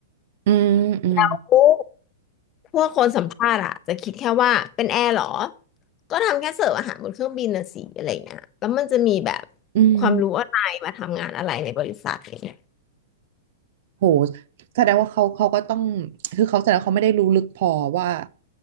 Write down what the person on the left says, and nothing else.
โอ้พวกคนสัมภาษณ์อะจะคิดแค่ว่าเป็นแอร์เหรอก็ทำแค่เสิร์ฟอาหารบนเครื่องบินนะสิอะไรเงี้ยแล้วมันจะมีแบบ
ความรู้อะไรมาทำงานอะไรในบริษัทอะไรเงี้ย